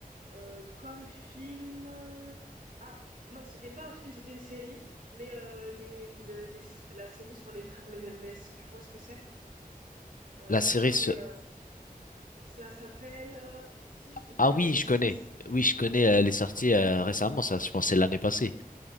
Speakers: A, on the right; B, on the left.
A: euh, comme film. euh, Ah non, c'était pas un film, c'était une série, mais euh, les, le- les la série sur les frères Menendez. Tu vois ce que c'est? Euh,
B: La série
A: je crois c'est
B: sur...
A: euh, ça s'appelle euh, si je dis pas
B: Ah
A: de
B: oui,
A: bêtises.
B: je connais. Oui, je connais, euh, elle est sortie euh, récemment, ça, je pense, que c'est l'année passée.